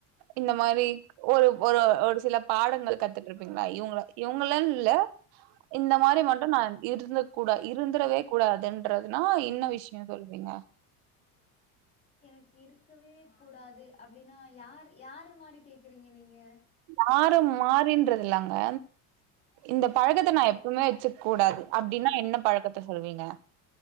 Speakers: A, on the right (about 65°); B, on the left (about 20°).
A: இந்த மாரி ஒரு ஒரு ஒரு சில பாடங்கள் கத்துட்டு இருப்பீங்களா இவ்ங்கள இவ்ங்களன்னு இல்ல இந்த மாறி மட்டு நான் இருந்த கூடா இருந்தரவே கூடாதுன்றதுன்னா இன்ன விஷ் நீங்க சொல்வீங்க
B: எனக்கு இருக்கவே கூடாது அப்டின்னா யார் யாரு மாறி கேக்குறீங்க நீங்க
A: யார மாறின்றதில்லங்க இந்தப் பழக்கத்த நா எப் பவுமே வச்சுக்கூடாது அப்டின்னா என்ன பழக்கத்த சொல்வீங்க